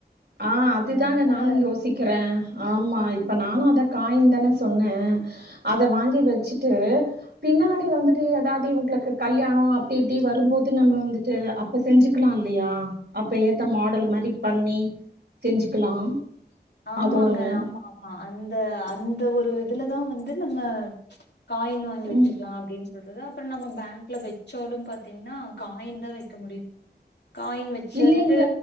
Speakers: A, on the right (about 80°); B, on the left (about 85°).
A: ஆ அதுதாங்க
B: அதனால
A: நானு யோசிக்கிறே ஆமா இப்ப நானு அத் அதா காயின் தானே சொன்னே அத வாங்கி வச்சுட்டு பின்னாடி வந்துட்டு ஏதாவது இவங்களுக்கு கல்யாணோ அப்டி இப்டி வரும்போது நம்ம வந்துட்டு அப்ப செஞ்சுக்கலாயில்லையா அப்ப ஏத்த மாடல் மாரி பண்ணி செஞ்சுக்கலா
B: ஆமாங்க
A: அது ஒண்ணு
B: ஆமா ஆமா அந்த அந்த ஒரு இதுல தா வந்து நம்ம காயின் வாங்கி
A: ம்
B: வச்சுக்கலா அப்புடின் சொல் அதுதா அப்ப நம்ம பேங்க்ல வச்சாலு பாத்தீங்கன்னா காயின் தா வைக்க முடியு காயின் வச்சுட்டு
A: இல்லைங்க